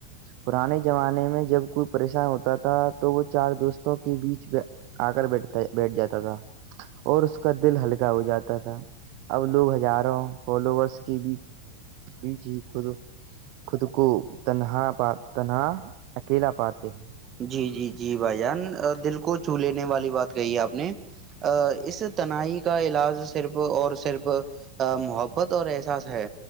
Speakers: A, on the right; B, on the right.
A: پرانے زمانے میں جب کوئی پریشان ہوتا تھا تو وہ چار دوستوں کے بیچ آ کر بیٹھتا بیٹھ جاتا تھا اور اس کا دل ہلکا ہو جاتا تھا اب لوگ ہزاروں فالوورس کے بیچ بیچ ہی خود خود کو تنہا تنہا اکیلا پاتے ہیں
B: جی جی جی بھائی جان دل کو چو لینے والی بات کہی ہے آپ نے اس تنہائی کا علاج صرف اور صرف محبت اور احساس ہے